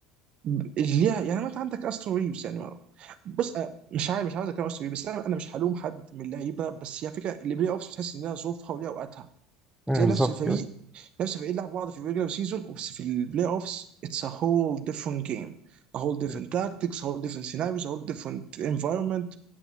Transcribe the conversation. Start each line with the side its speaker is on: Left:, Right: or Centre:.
Right: اللي ليها يعني ما انت عندك استرو ريفز يعني ما- بص أنا مش عارف مش عايز اتكلم عن استرو ريفز بس انا انا مش هلوم حد من اللعيبه بس هي فكره البلاي اوفز بتحس ان لها ظروفها وليها اوقاتها
Centre: أمم،
Right: بتلاقي
Centre: بالظبط
Right: نفس الفريق
Centre: كده.
Right: نفس الفريق لعب بعض في الريجلر سيزون بس في البلاي اوفز اتس ا هول ديفرنت جيم a whole different
Centre: أمم،
Right: tactics, a whole different scenarios, a whole different environment.